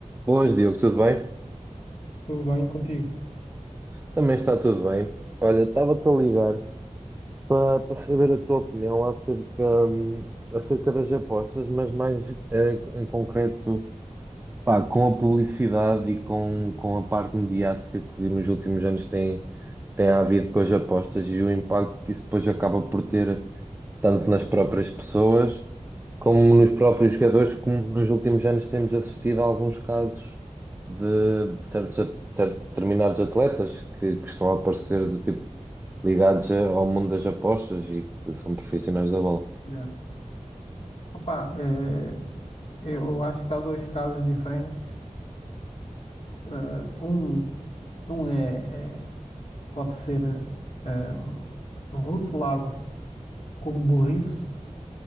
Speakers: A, on the right; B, on the left.
A: Boas, Diogo, tudo bem?
B: Tudo bem contigo?
A: Também está tudo bem. Olha, estava-te a ligar para para saber a tua opinião acerca, hum, acerca das apostas, mas mais eh, em concreto, pá, com a publicidade e com, com a parte mediática que nos últimos anos tem, tem havido com as apostas e o impacto que isso depois acaba por ter tanto nas próprias pessoas, como nos próprios jogadores, como nos últimos anos temos assistido a alguns casos de, de certos, at- certos determinados atletas que, que estão a aparecer do tipo ligados a- ao mundo das apostas e que são profissionais da bola.
B: Yeah. Opa, eh, eu acho que há dois casos diferentes. Eh, um um é, é- pode ser eh, rotulado como burrice